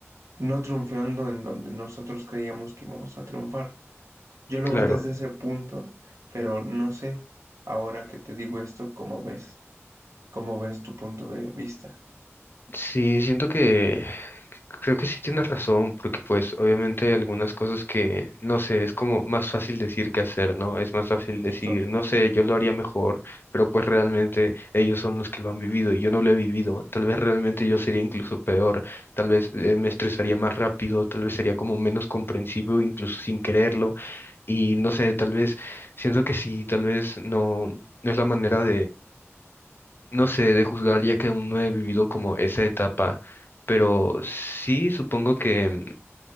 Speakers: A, on the right; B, on the left.
A: no triunfando en donde nosotros creíamos que íbamos a triunfar. Yo lo
B: claro.
A: veo desde ese punto, pero no sé, ahora que te digo esto, ¿cómo ves? ¿Cómo ves tu punto de vista?
B: Sí, siento que creo que sí tienes razón, porque pues obviamente hay algunas cosas que, no sé, es como más fácil decir que hacer, ¿no? Es más fácil decir,
A: Justo.
B: no sé, yo lo haría mejor, pero pues realmente ellos son los que lo han vivido y yo no lo he vivido. Tal vez realmente yo sería incluso peor, tal vez eh, me estresaría más rápido, tal vez sería como menos comprensivo, incluso sin quererlo. Y no sé, tal vez siento que sí, tal vez no, no es la manera no sé de juzgar ya que aún no he vivido como esa etapa, pero sí supongo que, mm,